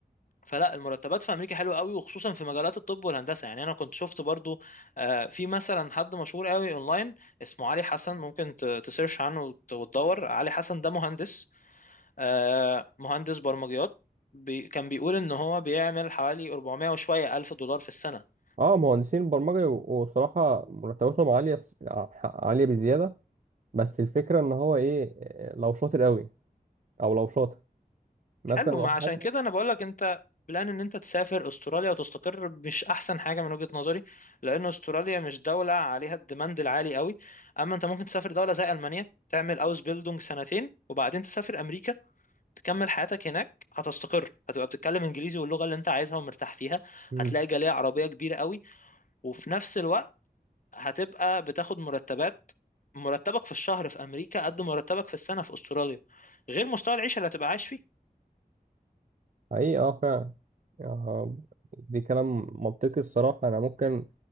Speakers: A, on the left; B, on the right.
A: فلا المرتبات في امريكا حلوه قوي وخصوصا في مجالات الطب والهندسه يعني انا كنت شفت برضو آه، في مثلا حد مشهور قوي اونلاين اسمه علي حسن ممكن ت- تسيرش عنه وت- وتدور علي حسن ده مهندس آه، مهندس برمجيات بي كان بيقول ان هو بيعمل حوالي 400 وشوية الف دولار في السنة
B: اه مهندسين البرمجة و- وصراحة مرتباتهم عالية س- ع- عالية بزيادة بس الفكرة ان هو ايه لو شاطر قوي او لو شاطر مثلا
A: حلو
B: واحد
A: ما عشان كده انا بقولك انت بلان ان انت تسافر استراليا وتستقر مش احسن حاجة من وجهة نظري لان استراليا مش دولة عليها الديماند العالي قوي اما انت ممكن تسافر دولة زي المانيا تعمل اوس بيلدونج سنتين وبعدين تسافر امريكا تكمل حياتك هناك هتستقر هتبقى بتتكلم انجليزي واللغة اللي انت عايزها ومرتاح فيها
B: امم
A: هتلاقي جالية عربية كبيرة قوي وفي نفس الوقت هتبقى بتاخد مرتبات مرتبك في الشهر في امريكا قد مرتبك في السنه في استراليا غير مستوى العيشه اللي هتبقى عايش فيه
B: حقيقي اه فعلا آه، دي كلام منطقي الصراحة أنا ممكن